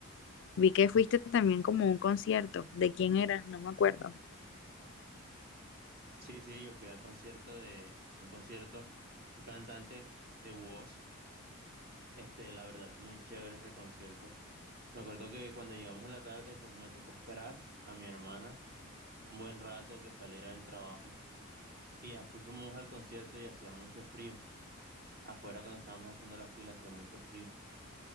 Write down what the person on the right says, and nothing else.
Sí, sí, yo fui al concierto de un concierto, un cantante de WOS, este, la verdad, muy chévere ese concierto. Me acuerdo que cuando llegamos en la tarde, pues me tocó esperar a mi hermana un buen rato que saliera del trabajo. Y ya después fuimos al concierto y hacía mucho frío. Afuera cuando estábamos haciendo la fila hacía mucho frío.